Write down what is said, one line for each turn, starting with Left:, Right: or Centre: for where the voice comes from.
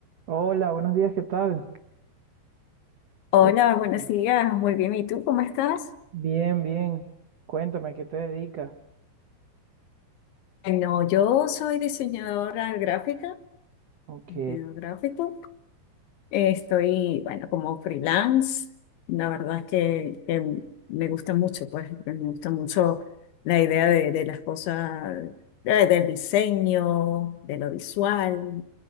Right: Hola, buenos días, ¿qué tal?
Left: Hola,
Right: Cuéntame.
Left: buenos días, muy bien. ¿Y tú cómo estás?
Right: Bien, bien. Cuéntame, ¿a ¿qué te dedicas?
Left: No, yo soy diseñadora gráfica,
Right: Ok,
Left: diseñador gráfico. Eh, Estoy, bueno, como freelance. La verdad es que, que me gusta mucho, pues, me gusta mucho la idea de, de las cosas, eh, del diseño, de lo visual.